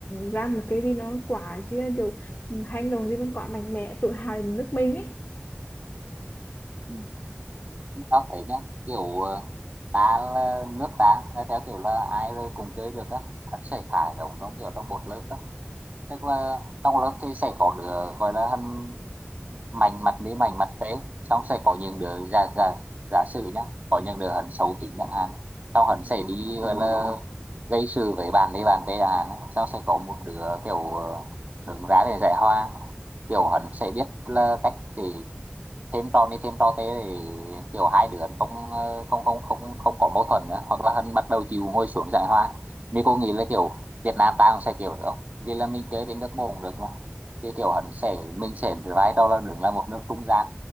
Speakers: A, on the left; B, on the right.
A: ra một cái gì nó quá chứ là kiểu hành động gì mình quá mạnh mẽ tự hào đến nước mình ấy
B: Ừ. Tao thấy nhá, kiểu ờ, ta là nước ta là theo kiểu là ai rồi cùng chơi được á. Hắn sẽ thả giống trong kiểu trong một lớp á. Tức là trong lớp thì sẽ có đứa gọi là hắn mảnh mặt mỹ mảnh mặt tế xong sẽ có những đứa giả giả giả sử nhá có những đứa hắn xấu tính chẳng hạn sau hắn sẽ đi gọi là gây sự với bạn đi bạn tế chẳng hạn xong sẽ có một đứa kiểu ờ, đứng ra để giải hoa, kiểu hắn sẽ biết là cách để thêm trò này thêm trò thế để kiểu hai đứa không ờ, không không không không có mâu thuẫn nữa hoặc là hắn bắt đầu chịu ngồi xuống giải hòa mình cô nghĩ là kiểu Việt Nam ta cũng sẽ kiểu nữa vì là mình chơi với nước môn cũng được mà thì kiểu hắn sẽ mình sẽ vai trò là nước là một nước trung gian